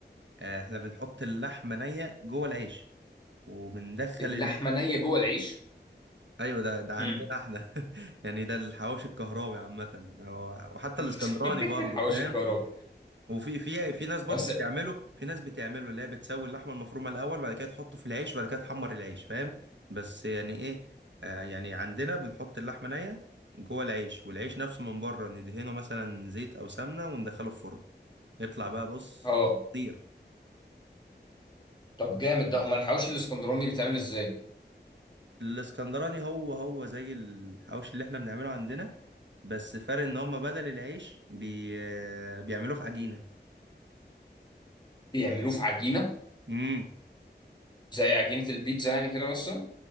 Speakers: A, on the right; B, on the left.
A: آه، احنا بنحط اللحمه نيه جوه العيش وبندخل
B: اللحمه
A: ال...
B: نيه جوه العيش
A: ايوه ده ده عندنا
B: امم
A: احنا <laughs> يعني ده الحواوشي الكهراوي عامه ده هو- وحتى
B: <laughs>
A: الاسكندراني برضو
B: حواوشي
A: فاهم
B: الكهرباء
A: وفي في في ناس برضو
B: بس
A: بتعمله في ناس بتعمله اللي هي بتسوي اللحمه المفرومه الاول بعد كده تحطه في العيش بعد كده تحمر العيش فاهم بس يعني ايه آه يعني عندنا بنحط اللحمه نيه جوه العيش والعيش نفسه من بره ندهنه مثلا زيت او سمنه وندخله الفرن يطلع بقى بص
B: اه
A: طير
B: طب جامد ده امال الحواوشي الاسكندراني بيتعمل ازاي
A: الاسكندراني هو هو زي الحواوشي اللي احنا بنعمله عندنا بس فرق ان هم بدل العيش بي... بيعملوه في عجينه
B: بيعملوه في عجينه
A: امم
B: زي عجينه البيتزا يعني كده مثلا